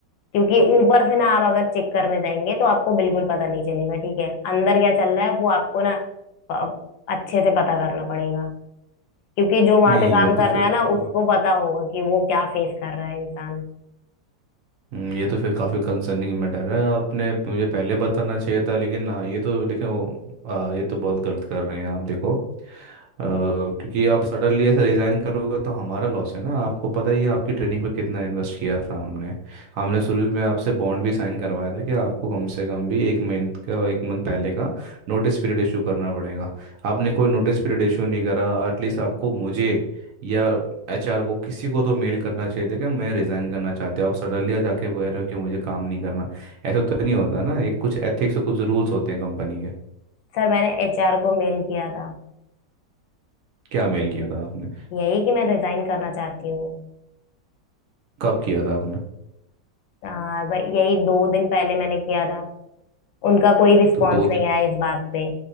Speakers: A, on the left; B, on the right.
A: क्योंकि ऊपर से ना आप अगर चेक करने जाएंगे तो आपको बिल्कुल पता नहीं चलेगा ठीक है अंदर क्या चल रहा है वो आपको ना प- अच्छे से पता करना पड़ेगा क्योंकि जो वहां
B: नहीं
A: पे काम
B: ये तो
A: कर
B: फिर
A: रहा है ना
B: तो
A: उसको पता होगा कि वो क्या फेस कर रहा है इंसान
B: हम्म, ये तो फिर काफ़ी कंसर्निंग मैटर है आपने मुझे पहले बताना चाहिए था लेकिन आ, ये तो लेकिन वो, आ, ये तो बहुत गलत कर रहे हैं आप देखो अ, क्योंकि आप सडनली ऐसे रिज़ाइन करोगे तो हमारा लॉस है ना आपको पता ही है आपकी ट्रेनिंग पे कितना इन्वेस्ट किया था हमने हमने शुरू में आपसे बॉन्ड भी साइन करवाया था कि आपको कम से कम भी एक मंथ का एक मंथ पहले का नोटिस पीरियड इशू करना पड़ेगा आपने कोई नोटिस पीरियड इशू नहीं करा एटलीस्ट आपको मुझे या एचआर को किसी को तो मेल करना चाहिए था कि मैं रिजाइन करना चाहते हो आप सडनली जाके कह रहे हो कि मुझे काम नहीं करना ऐसा तो नहीं होता ना एक कुछ एथिक्स और कुछ रूल्स होते हैं कंपनी के
A: सर मैंने एचआर को मेल किया था
B: क्या मेल किया था आपने
A: यही कि मैं रिजाइन करना चाहती हूँ
B: कब किया था आपने
A: आ, भाई यही दो दिन पहले मैंने किया था उनका कोई रिस्पॉन्स
B: तो दो
A: नहीं
B: दिन
A: आया इस बात पे